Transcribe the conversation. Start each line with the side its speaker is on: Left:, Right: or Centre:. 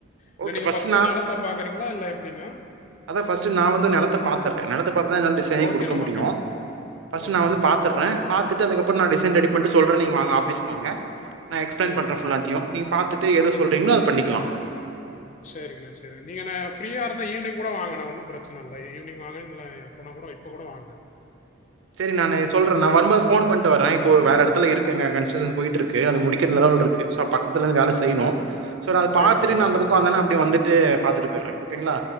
Left: இல்ல
Right: ஓகே
Left: நீங்க
Right: ஃபர்ஸ்ட்
Left: ஃபஸ்ட்டு நெலத்த பாக்குறீங்களா இல்ல எப்பிடிண்ணா
Right: அதா ஃபஸ்ட்டு நா வந்து நெலத்த பாத்தர்றே நெலத்த அப்பதா என்னால டிசைனிங்
Left: ஓகேண்ணா
Right: குடுக்க முடியு
Left: ஓகேண்ணா ஓகேண்ணா
Right: ஃபஸ்ட்டு
Left: ஓகேண்ணா
Right: நா வந்து பாத்தர்றே பாத்துட்டு அதுக்கப்புறோ நா டிசைன் ரெடி பண்ட்டு சொல்றே நீங்க வாங்க ஆஃபிஸ்க்கு வாங்க நா எக்ஸ்பிளைன்
Left: சரிங்கண்ணா
Right: பண்றே ஃபுல்லாத்தியு நீங்க பாத்துட் டு எது சொல்றீங்களோ அத பண்ணிக்கலா
Left: சேரிங்கண்ணே சேரிங் நீங்கண்ணே ஃப்ரீயா இருந்தா ஈவினிங் கூட வாங்கண்ணே ஒன்னு பிரச்சன இல்ல ஈ ஈவினிங் வாங்க இல்ல இப்பனா கூட இப்ப கூட வாங்க
Right: செரி நானு சொல்றே நா வரும்போது ஃபோன் பண்ட்டு வரே இப்ப ஒரு வேற எடத்துல இருக்கேங்க கன்ஸ்ட்ரக்ஷன் போயிட்ருக்கு அது முடிக்கிற லெவல் இருக் கு சோ பக்கத்தில இருந்து வேல செய்ணு சோ நா அத
Left: சரிங்கண்ணா
Right: பாத்துட்டு நா அந்த
Left: சரிங்கண்ணா
Right: பக்கோ வந்தன்னா அ ப்டியே வந்துட்டு பாத்துட்டு போயிர்றே ஓகேங்களா